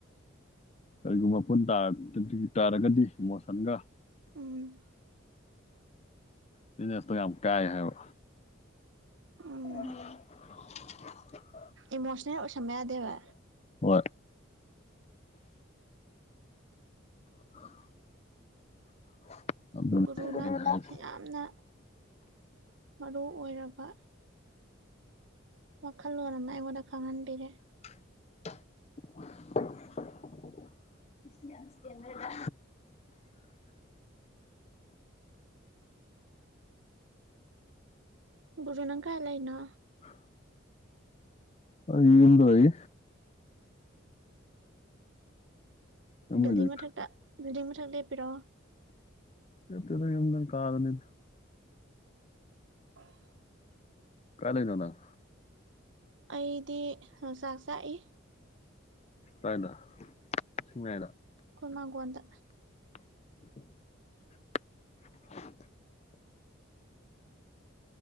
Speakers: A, on the left; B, on the right.
A: ꯀꯔꯤꯒꯨꯝꯕ ꯄꯨꯟ ꯇꯥꯔ ꯒꯗꯤ ꯇꯥꯔꯒꯗꯤ ꯏꯃꯣꯁꯟꯒ
B: ꯎꯝ
A: ꯕꯤꯖꯤꯅꯦꯁꯇꯣ ꯌꯥꯝ ꯀꯥꯏ ꯍꯥꯏꯕ
B: ꯎꯝ
A: <inaudible>
B: ꯏꯃꯣꯁ꯭ꯅꯦꯜ ꯑꯣꯏꯁꯟꯕ ꯌꯥꯗꯦꯕ
A: ꯍꯣꯏ <inaudible>
B: ꯒꯨꯔꯨꯅ
A: ꯑꯩꯅ ꯍꯥꯏꯁꯦ
B: ꯑ ꯌꯥꯝꯅ ꯃꯔꯨ ꯑꯣꯏꯔꯕ ꯋꯥꯈꯜꯂꯣꯟ ꯑꯃ ꯑꯩꯉꯣꯟꯗ ꯈꯪꯍꯟꯕꯤꯔꯦ
A: <inaudible> ꯏꯁ ꯌꯥꯝ ꯁ꯭ꯇꯦꯟꯗꯔꯗ
B: ꯒꯨꯔꯨ ꯅꯪ ꯀꯥꯏ ꯂꯩꯅꯣ
A: <inaudible> ꯑꯩ ꯌꯨꯝꯗ ꯂꯩ ꯌꯨꯝ
B: ꯕꯤꯜꯗꯤꯡ
A: ꯂꯩꯖꯩ
B: ꯃꯊꯛꯇ ꯕꯤꯜꯗꯤꯡ ꯃꯊꯛ ꯂꯦꯞꯄꯤꯔꯣ
A: ꯂꯦꯞꯇꯦꯗ ꯌꯨꯝꯗꯅꯤ ꯀꯥꯗꯅꯤꯗ
B: <inaudible>
A: ꯀꯥꯏ ꯂꯩꯅꯣ ꯅꯪ
B: ꯑꯩꯗꯤ ꯍꯪꯆꯥꯛ ꯆꯥꯛꯏ
A: ꯀꯥꯏꯗ ꯁꯤꯡ ꯃꯌꯥꯏ
B: ꯈꯣꯏ ꯃꯥꯡꯒꯣꯟꯗ
A: <inaudible>